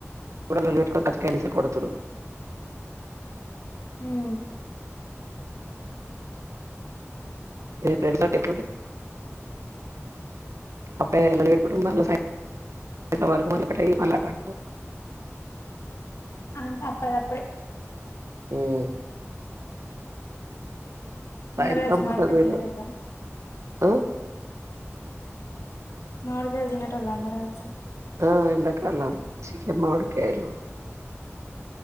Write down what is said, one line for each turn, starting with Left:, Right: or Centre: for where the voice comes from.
Right: కూడాల లేట్కర్ కథ కలిసి కూడా చరు
Left: మ్మ్
Right: మీ ఫ్రెడ్ ఎ అప్పుడే మళ సా ఇట్ల వరకు మలొకటే మళ్ళ అటాంటో
Left: అంత అప్పడదప్పుడే
Right: మ్మ్ సాయంత్రం
Left: అందర్ కల్సి మాడికాయిలు
Right: పూట మీరు
Left: తినోటోళ్ళ
Right: ఆ?
Left: మావిడికాయలు తినటోళ్ళు అందరు కలిసి
Right: ఆ, ఎండాకాలం చికెన్ మామిడికాయలు